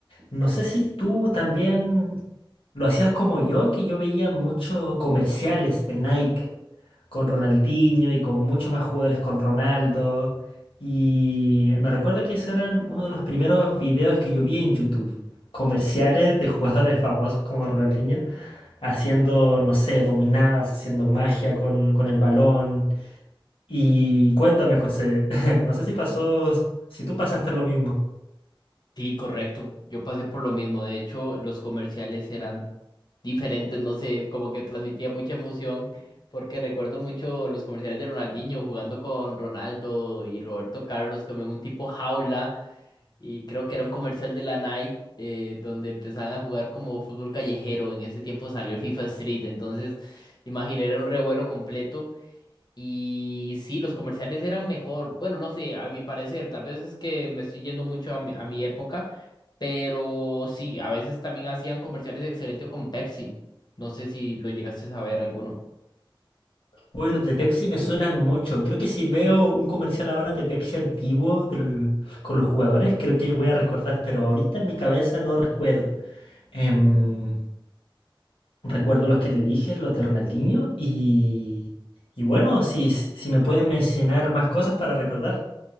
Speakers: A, on the left (about 85°); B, on the left (about 55°).
A: No sé si tú también lo hacías como yo, que yo veía muchos comerciales de Nike con Ronaldinho y con muchos más jugadores con Ronaldo. Y me recuerdo que esos eran uno de los primeros videos que yo vi en YouTube. Comerciales de jugadores <laughs> famosos como Ronaldinho haciendo, no sé, dominadas, haciendo magia con, con el balón. Y cuéntame, José, <laughs> no sé si pasó, si tú pasaste lo mismo.
B: Sí, correcto. Yo pasé por lo mismo. De hecho, los comerciales eran diferentes, no sé, como que transmitía mucha emoción, porque recuerdo mucho los comerciales de Ronaldinho jugando con Ronaldo y Roberto Carlos como en un tipo jaula, y creo que era un comercial de la Nike eh, donde empezaban a jugar como fútbol callejero. En ese tiempo salió el FIFA Street, entonces, imagina, era un revuelo completo. Y sí, los comerciales eran mejor. Bueno, no sé, a mi parecer, tal vez es que me estoy yendo mucho a mi a mi época. Pero sí, a veces también hacían comerciales excelentes con Pepsi. No sé si lo llegaste a ver alguno.
A: Uy, los de Pepsi me suenan mucho. Creo que si veo un comercial ahora de Pepsi antiguo del- con los jugadores, creo que voy a recordar, pero ahorita en mi cabeza no recuerdo. Em, recuerdo los que te dije, los de Ronaldinho, y, y bueno, si, si me pueden mencionar más cosas para recordar.